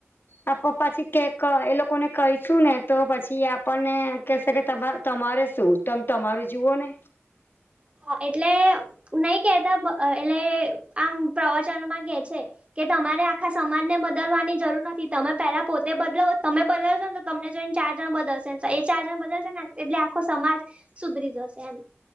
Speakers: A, on the left; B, on the right.
A: આપડે પછી કેક એ લોકોને કહીશું ને તો પછી આપણને કહેશે કે તમા તમારે શું તમે તમારું જુઓ ને.
B: હા એટલે નહી કેતા એટલે આમ પ્રવચનમાં કે છે. કે તમારે આખા સમાજને બદલવાની જરૂર નથી તમે પેલા પોતે બદલાવો તમે બદલશો ને તમને જોઈને ચાર જણ બદલશે તો એ ચાર જણ બદલશે ને એટલે આખો સમાજ સુધરી જશે એમ.